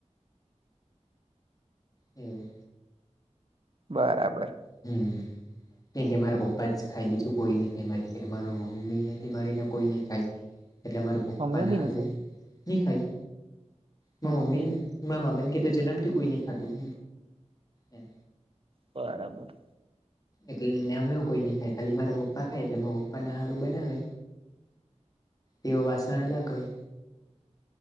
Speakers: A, on the left (about 30°); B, on the right (about 50°).
A: એવુ.
B: બરાબર.
A: હમ. કેમ કે મારા પપ્પા જ ખાય બીજું કોઈ ની ખાય મારી જોડે, મારા મમ્મી હેથી માડીને કોઈ ની ખાય. એટલે માર પપ્પાન
B: મમ્મી બી
A: હારુ
B: નહી ખાય
A: ની ખાય, માર
B: હમ
A: મમ્મીન માર મામીન કેતો જનેમ કે કોઈ ની ખાતું. એમ
B: બરાબર.
A: એટલે ને મે એવું કોઈ ની ખાય ખાલી મારા પપ્પા ખાય, એટલે માર પપ્પાને હારુ બનાવે. તેઓ વાસણ અલગ હોય.